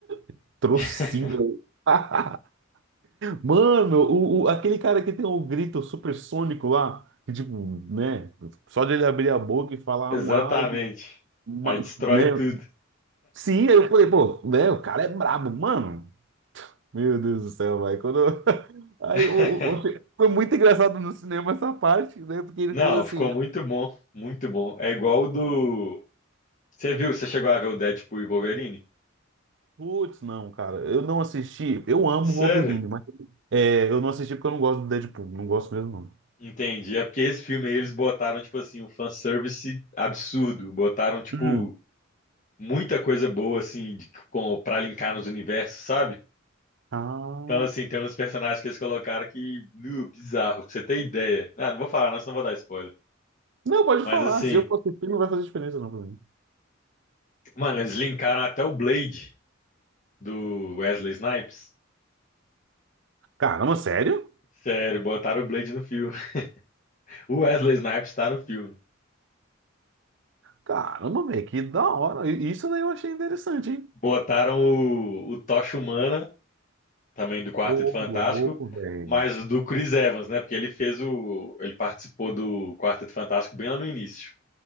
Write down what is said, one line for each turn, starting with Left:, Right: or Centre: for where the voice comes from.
Right: <laughs> trocida.
Left: <laughs>
Right: <laughs> Mano, o, o- aquele cara que tem o grito supersônico lá, que tipo, né? Só de ele abrir a boca e falar
Left: Exatamente.
Right: um A, ele, ma-
Left: Aí destrói
Right: né?
Left: tudo.
Right: Sim, aí eu falei, pô, né? O cara é brabo, mano. Meu Deus do céu, vai. Quando eu- <laughs> Aí
Left: <laughs>
Right: o- o- o- foi muito engraçado no cinema essa parte, né? Porque ele
Left: Não,
Right: falou assim,
Left: ficou
Right: "Ah,
Left: muito bom, muito bom. É igual o do. Você viu, você chegou a ver o Deadpool e o Wolverine?
Right: putz, não, cara, eu não assisti. Eu amo
Left: Sério?
Right: Wolverine, mas é, eu não assisti porque eu não gosto do Deadpool, não gosto mesmo, não.
Left: Entendi. É porque esse filme aí eles botaram, tipo assim, um fanservice absurdo. Botaram, tipo,
Right: Hum.
Left: muita coisa boa, assim, de, com, pra linkar nos universos, sabe?
Right: Ah.
Left: Então, assim, tem uns personagens que eles colocaram que, nu, bizarro, pra você ter ideia. Ah, não vou falar, não, senão vou dar spoiler.
Right: Não, pode
Left: Mas,
Right: falar.
Left: assim,
Right: Se eu for assistir, não vai fazer diferença, não, pra mim.
Left: mano, eles linkaram até o Blade do Wesley Snipes.
Right: Caramba, sério?
Left: Sério, botaram o Blade no filme. <laughs> O Wesley Snipes tá no filme.
Right: Caramba, velho, que da hora. I- Isso daí eu achei interessante, hein?
Left: Botaram o, o Tocha Humana também do Quarteto
Right: Ô,
Left: Fantástico,
Right: louco, velho.
Left: mas do Chris Evans, né? Porque ele fez o. Ele participou do Quarteto Fantástico bem lá no início.